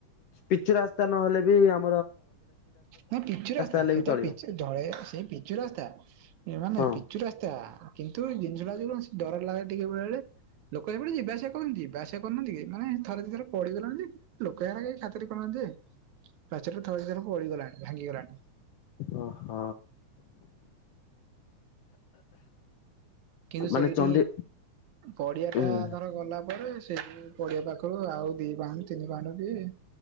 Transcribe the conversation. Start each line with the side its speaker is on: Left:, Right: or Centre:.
Left: ପିଚୁ ରାସ୍ତା ନହେଲେ ବି ଆମ
Right: ନା ପିଚୁ ରାସ୍ତା
Left: ହେଲେ
Right: ସେଟା
Left: ବି ଚଳିବ।
Right: ପିଚୁ ଢଳେଇ ସେଇ ପିଚୁ ରାସ୍ତା ମାନେ
Left: ହଁ
Right: ପିଚୁ ରାସ୍ତା କିନ୍ତୁ ଜିନିଷଟା ଯ <unintelligible> କଣ ଡର ଲାଗେ ଟିକେ ବେଳେବେଳେ ଲୋକ ଏପଟେ ଯିବା ଆସିବା କରନ୍ତି, ଜିବା୍ୟାସ୍ୟା କରୁନାହାନ୍ତିକି ମାନେ ଥରେ ଦି ଥରେ ପଡିଗଲାଣି ଯେ ଲୋକ ଏରା କେହି ଖାତିରି କରୁ ନଥିବେ। ପାଚେରୀ ରୁ ଥରେ ଦି ଥର ପଡିଗଲା ଭାଙ୍ଗିଗଲାଣି।
Left: ଅ ହ।
Right: କିନ୍ତୁ
Left: ମାନେ
Right: ସେଇଠି
Left: ଚଣ୍ଡି
Right: ପଡିଆଟା
Left: ଓହୋ
Right: ଧର ଗଲା ପରେ ସେ ପଡିିଆ ପାଖରୁ ଆଉ ଦି ପାହୁଣ୍ଡୁ ତିନି ପାହୁଣ୍ଡୁ ଟିଏ